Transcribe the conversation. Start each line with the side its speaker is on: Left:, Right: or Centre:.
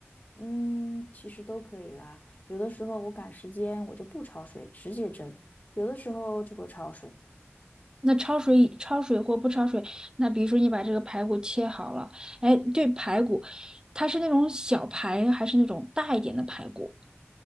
Left: 嗯，其实都可以啦。有的时候我赶时间，我就不焯水，直接蒸；有的时候就会焯水。
Right: 那焯水焯水或不焯水，那比如说你把这个排骨切好了，哎，对，排骨，它是那种小排还是那种大一点的排骨？